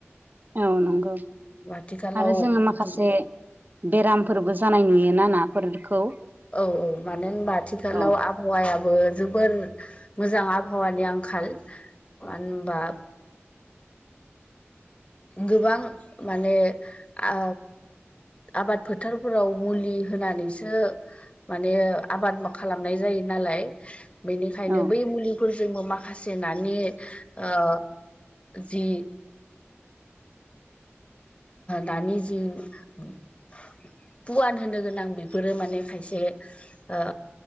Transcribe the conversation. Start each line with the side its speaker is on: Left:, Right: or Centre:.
Right: औ नंगौ
Left: आथिखालाव
Right: आरो जोङो
Left: बिदि
Right: माखासे बेरामफोरबो जानाय नुयोना नाफोरखौ
Left: औ औ मानो होनबा आथिखालाव
Right: औ
Left: आबा आबहावायाबो जोबोर मोजां आबहावानि आंखाल मानो होनबा गोबां माने आ आबाद फोथारफोराव मुलि होनानैसो माने आबाद खालामनाय जायो नालाय बेनिखायनो
Right: औ
Left: बै मुलिफोरजोंबो माखासे नानि ओ जि दानि जि पुवान होनो गोनां बेफोरो माने खायसे ओ